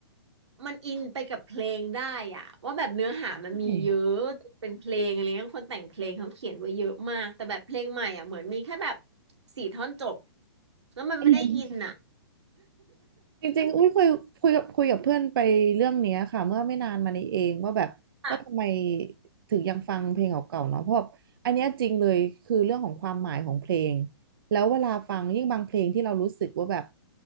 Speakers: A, on the right; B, on the right.
A: มันอินไปกับเพลงได้อ่ะว่าแบบเนื้อหามันมีเยอะเป็นเพลงอะไรเงี้ยคนแต่งเพลงเขาเขียนไว้เยอะมากแต่แบบเพลงใหม่อ่ะเหมือนมีแค่แบบ
B: ใ
A: สี่ท่อนจบแล้วมันไม่ได้อินอ่ะ
B: ช่ จริงๆอุ้ยคุยคุยกับคุยกับเพื่อนไปเรื่องเนี้ยค่ะเมื่อไม่นานมานี้เองว่าแบบว่าทำไม
A: <laughs>
B: ถึงยังฟังเพลงเก่าๆเนาะเพราะแบบอันเนี้ยจริงเลยคือเรื่องของความหมายของเพลงแล้วเวลาฟังยิ่งบางเพลงที่เรารู้สึกว่าแบบ